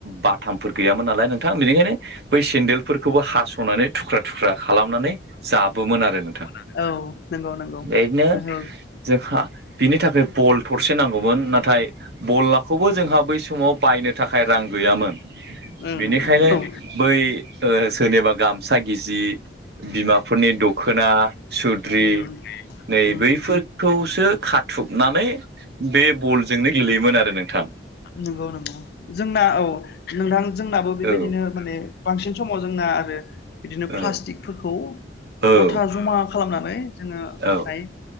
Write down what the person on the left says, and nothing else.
नंगौ औ नंगौ नंगौ
गोहो
ओं
नोंगौ
उम
उम
नंगौ नंगौ जोंना औ नोंथां जोंनाबो बेबायदिनो
माने बांसिन समाव जोंना आरो बिदिनो प्लास्टिकफोरखौ
गथा जमा खालामनानै जोङो ओमफ्राय